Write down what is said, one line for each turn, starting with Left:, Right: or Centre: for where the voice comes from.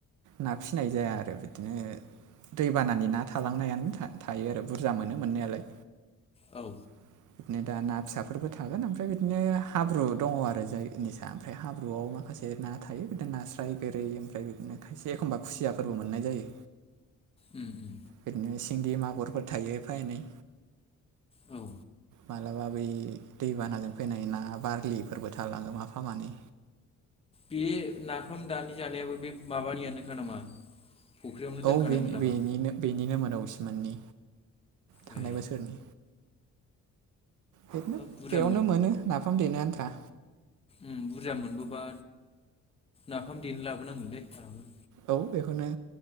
Right: ना फिसिनाय जाया आरो बिदिनो दैबानानि ना थालांनायानो था-थायो आरो बुरजा मोनो मोननायालाय।
Left: औ
Right: <inaudible> बिनो दा ना फिसाफोरबो थागोन ओमफ्राय बिदिनो हाब्रु दङ आरो जायनिसा ओमफ्राय हाब्रुआव माखासे ना थायो बिदिनो नास्राय गोरै ओमफ्राय बिदिनो खायसे एखमबा खुसियाफोरबो मोननाय जायो।
Left: उम उम
Right: बिदिनो सिंगि मागुरफोर थायो एफा एनै।
Left: औ
Right: मालाबा बै दैबानाजों फैनाय ना बारलिफोरबो थालाङो माफा मानै।
Left: बे नाफाम दानि जानायाबो बे माबानियानोखा नामा? फुख्रियावनो दोनखानायमोन
Right: औ बे
Left: नामा
Right: बेनिनो बेनिनो मदाव सिमोननि थांनाय
Left: ए
Right: बोसोरनि। बिदिनो
Left: हाब बुरजा
Right: बेयावनो मोनो नाफाम देनो आन्था।
Left: ओम बुरजा मोनबोबा नाफाम देनो लाबोनांगोन लै आंहाबो।
Right: औ बेखौनो